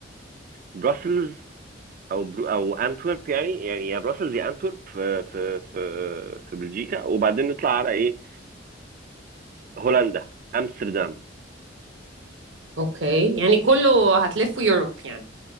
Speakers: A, on the right; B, on the right.
A: بروسلز او برو او انتورب يعني يعني يا بروسلز يا انتورب في في في في بلجيكا وبعدين نطلع على ايه هولندا امستردام
B: اوكي يعني كله هتلفوا يوروب يعني